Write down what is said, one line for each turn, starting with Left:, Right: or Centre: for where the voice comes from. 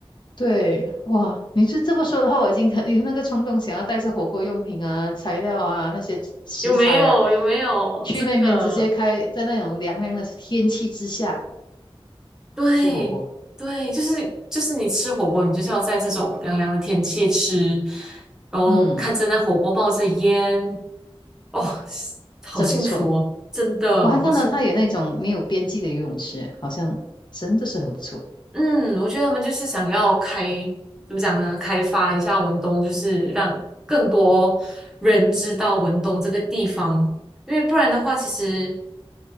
Left: 对，哇，你是这么说的话，我已经 <laughs> 很有那个冲动，想要带着火锅用品啊、材料啊、那些食材啊，
Centre: 有没有？有没有？
Left: 去那边直接开，
Centre: 真的，
Left: 在那种凉凉的天气之下
Centre: 对对，
Left: 煮火锅。
Centre: 就是就是你吃火锅，你就是要在这种凉凉的天气吃，然后看着那火锅冒着烟，
Left: 嗯，
Centre: 哦，好幸福哦，
Left: 真不错。
Centre: 真的好幸福。
Left: 我还看到它有那种没有边际的游泳池，好像真的是很不错。
Centre: 嗯，我觉得他们就是想要开，怎么讲呢？开发一下文东，就是让更多人知道文东这个地方。因为不然的话，其实